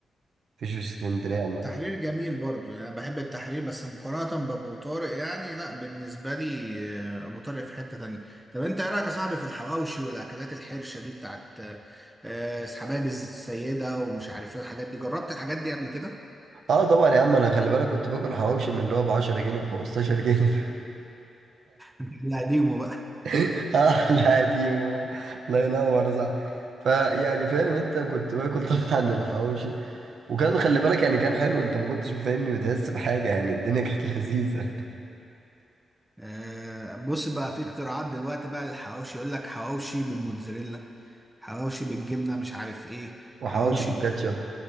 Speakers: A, on the right (about 65°); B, in the centre.
A: فيش في اسكندرية عامة
B: التحرير جميل برضو يعني بحب التحرير بس مقارنة بأبو طارق يعني لا بالنسبة لي آه، أبو طارق في حتة تانية طب أنت إيه رأيك يا صاحبي في الحواوشي والأكلات الحرشة دي بتاعت آه، حبايب السيدة ومش عارف إيه الحاجات دي جربت الحاجات دي قبل كده؟
A: اه طبعا يا عم انا خلي بالك كنت باكل حواوشي من اللي هو ب 10 جنيه ب 15 جنيه
B: أنت اللي قديمه بقى
A: <laughs> اه لا قديم الله ينور صح فيعني فاهم انت كنت باكل طبعا الحواوشي وكان خلي بالك يعني كان حلو انت ما كنتش فاهمني بتحس بحاجة يعني الدنيا كانت <laughs> لذيذة
B: آه، بص بقى في اختراعات دلوقتي بقى للحواوشي يقول لك حواوشي بالموتزاريلا حواوشي بالجبنة مش عارف إيه
A: وحواوشي
B: حواوشي
A: بالكاتشب